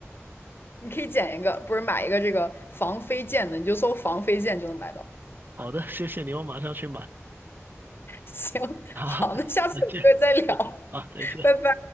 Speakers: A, on the left (about 50°); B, on the right (about 40°).
A: 你可以剪一个，不是买一个这个防飞溅的，你就搜防飞溅就能买到。
B: 好的，谢谢你，我马上去买。
A: <laughs> 行，
B: <laughs> 好，
A: 好，那下次有机会再聊，
B: 再见啊，再见。
A: 拜拜。